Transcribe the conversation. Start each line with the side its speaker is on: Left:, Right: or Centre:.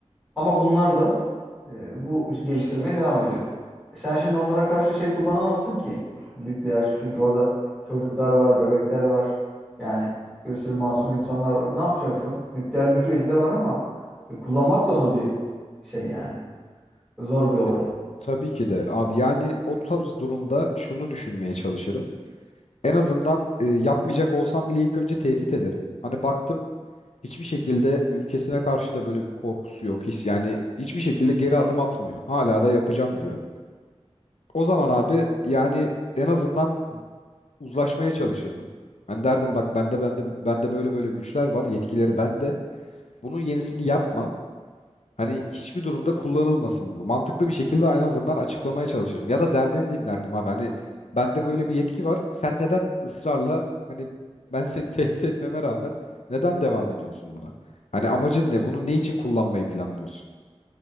Centre: Ama bunlar da e, bu geliştirmeye devam ediyor. E, Sen şimdi onlara karşı şey kullanamazsın ki nükleer. Çünkü orada çocuklar var, bebekler var. Yani bir sürü masum insanlar var. Ne yapacaksın? Nükleer gücü elinde var ama e, kullanmak da onu bir şey yani. Zor bir olay.
Left: E, tabii ki de abi yani o tarz durumda şunu düşünmeye çalışırım. En azından e, yapmayacak olsam bile ilk önce tehdit ederim. Hani baktım hiçbir şekilde ülkesine karşı da böyle bir korkusu yok. His yani hiçbir şekilde geri adım atmıyor. Hala da yapacağım diyor. O zaman abi yani en azından uzlaşmaya çalışırdım. Ben derdim bak bende bende bende böyle böyle güçler var, yetkileri bende. Bunun yenisini yapma. Hani hiçbir durumda kullanılmasın bu. Mantıklı bir şekilde en azından açıklamaya çalışırdım. Ya da derdini dinlerdim abi. Hani bende böyle bir yetki var. Sen neden ısrarla hani ben seni <laughs> tehdit etmeme rağmen neden devam ediyorsun buna? Hani amacın ne? Bunu ne için kullanmayı planlıyorsun?